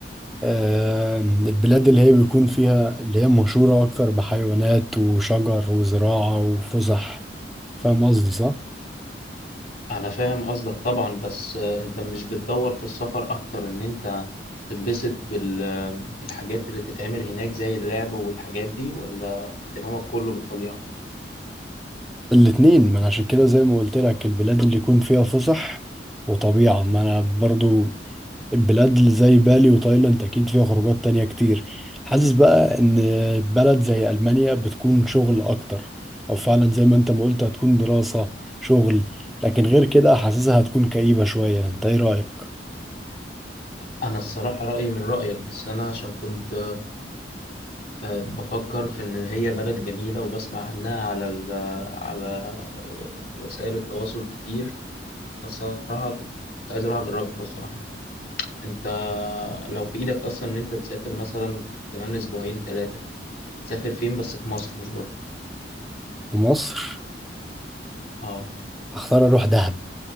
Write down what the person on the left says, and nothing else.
انا فاهم قصدك طبعا بس آه، انت مش بتدور في السفر اكتر ان انت تنبسط بال... آه، بالحاجات اللي تتعمل هناك زي اللعب والحاجات دي ولا اهتمامك كله بالطبيعة
انا الصراحة رأيي من رأيك بس انا عشان كنت آه، بفكر في ان هي بلد جميلة وبسمع عنها على ال... آه، على وسائل التواصل كتير فالصراحة كنت كنت عايز اروح اجربها الصراحة انت لو في ايدك اصلا ان انت تسافر مثلا كمان اسبوعين ثلاثة تسافر فين بس في مصر مش بره
اه